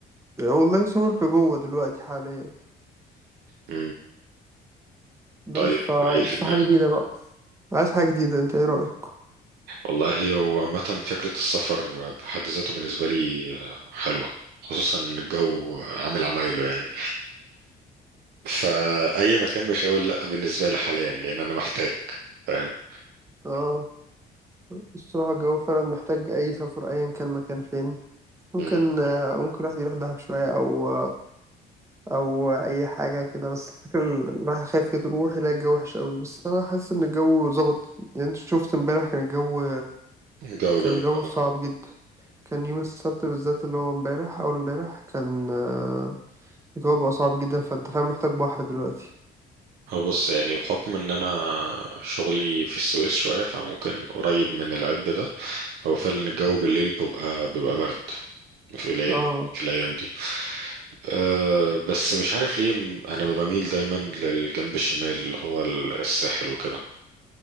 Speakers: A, on the right (about 15°); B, on the right (about 70°).
A: والله سافر كجوه دلوقتي حاليا
B: مم،
A: بس
B: طيب
A: فعايز
B: ايه اللي في
A: في
B: دماغك
A: حاجة جديدة بقى عايز حاجة جديدة انت ايه رأيك؟
B: والله هو عامه فكره السفر بحد ذاته بالنسبه لي آه، حلوه خصوصا ان الجو عامل عمايله يعني فاي مكان مش هقول لا بالنسبه لي حاليا لان انا محتاج فاهم
A: اه الصراحة الجو فعلا محتاج أي سفر أيا كان مكان فين ممكن
B: مم،
A: آه، ممكن الواحد يروح دهب شوية أو او اي حاجه كده بس الفكره ال- الواحد خايف يروح يلاقي الجو وحش قوي بس انا حاسس ان الجو ظبط يعني انت شفت امبارح كان الجو
B: الجو
A: كان
B: جميل
A: الجو صعب جدا كان يوم السبت بالذات اللي هو امبارح اول امبارح كان آه، الجو بقى صعب جدا فانت فاهم محتاج بحر دلوقتي
B: أه بص يعني بحكم ان انا شغلي في السويس شوية فممكن قريب من العب ده هو فعلا الجو بالليل بيبقى بيبقى برد في الايام
A: اه
B: في الايام دي أه بس مش عارف ليه م- انا بميل دايما للجنب الشمال اللي هو الساحل وكده